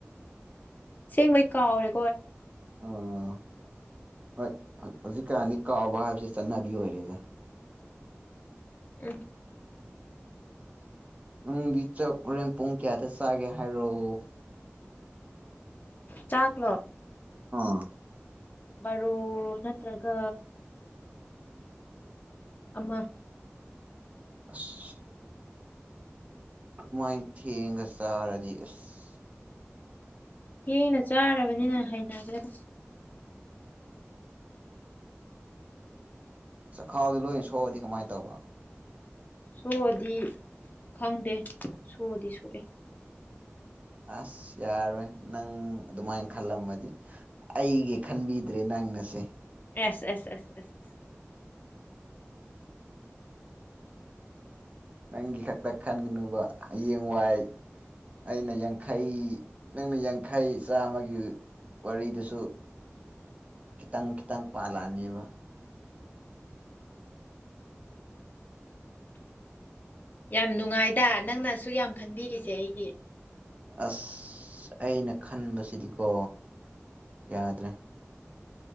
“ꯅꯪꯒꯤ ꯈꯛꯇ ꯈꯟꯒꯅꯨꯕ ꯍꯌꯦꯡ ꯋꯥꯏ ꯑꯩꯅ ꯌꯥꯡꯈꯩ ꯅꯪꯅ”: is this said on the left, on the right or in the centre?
Right